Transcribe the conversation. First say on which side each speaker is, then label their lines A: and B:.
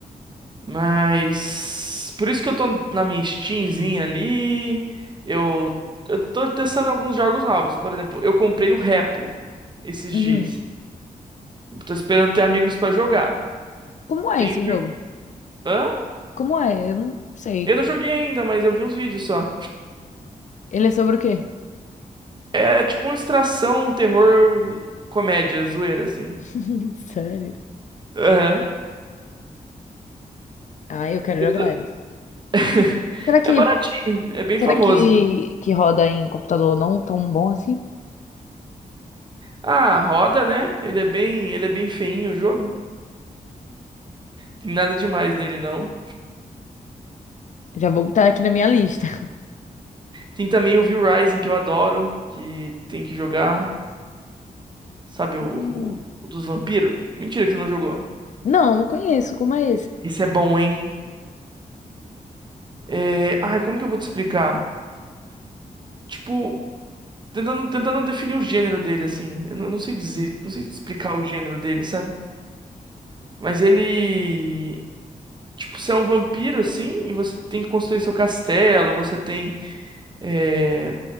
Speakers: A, on the right; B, on the left.
A: Mas por isso que eu tô na minha Steamzinha ali. Eu, eu tô testando alguns jogos novos. Por exemplo, eu comprei o Repo esses
B: Uhum.
A: dias. Tô esperando ter amigos pra jogar.
B: Como é
A: Tenho
B: esse
A: vi...
B: jogo?
A: Hã?
B: Como é? Eu não sei.
A: Eu não joguei ainda, mas eu vi uns vídeos só.
B: Ele é sobre o quê?
A: É tipo uma extração, um terror, comédia, zoeira, assim.
B: <laughs> Sério?
A: Aham.
B: Ah, eu quero
A: Eu
B: jogar
A: tô-
B: isso.
A: <laughs>
B: Será que
A: É baratinho, é bem
B: será
A: famoso.
B: que que roda em computador não tão bom assim?
A: Ah, roda, né? Ele é bem, ele é bem feinho o jogo. Tem nada demais nele, não.
B: Já vou botar aqui na minha lista.
A: Tem também o Will Rising, que eu adoro, que tem que jogar, sabe, o,
B: Hum.
A: o- o dos vampiros. Mentira que você não jogou.
B: Não, não conheço. Como é
A: Isso é bom, hein? É... Ai, como que eu vou te explicar? Tipo, tentando, tentando definir o gênero dele, assim. Eu não, não sei dizer, não sei explicar o gênero dele, sabe? Mas ele... Tipo, você é um vampiro, assim, e você tem que construir seu castelo, você tem... é,